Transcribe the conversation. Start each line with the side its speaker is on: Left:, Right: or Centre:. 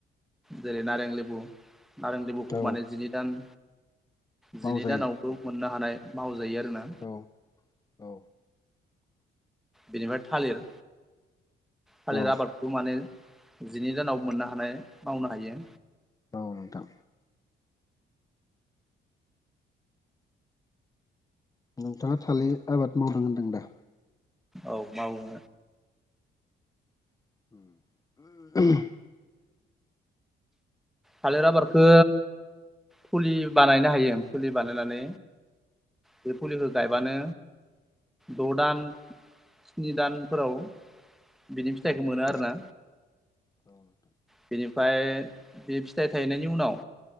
Centre: जेरै नारें लेबु नारें लेबुखौ
Left: औ
Centre: माने जिनै दान जिनै
Left: मावजायो
Centre: दानावखौ
Left: नोंथां
Centre: मोननो हानाय मावजायो आरोना।
Left: औ औ
Centre: बेनिफ्राय थालिर। थालिर
Left: औ
Centre: आबादखौ माने जिनै दानाव मोननो हानाय मावनो हायो।
Left: औ नोंथां। नोंथाङा थालिर आबाद मावदों होनदों दा?
Centre: औ मावो।
Left: होम
Centre: थालिर आबादखो फुलि बानायनो हायो फुलि बानायनानै बे फुलिखौ गायबानो द' दान स्नि दानफोराव बिनि फिथाइखौ
Left: औ
Centre: मोनो
Left: नोंथां
Centre: आरो ना।
Left: औ नोंथां
Centre: बेनिफाय बे फिथाइ थायनायनि उनाव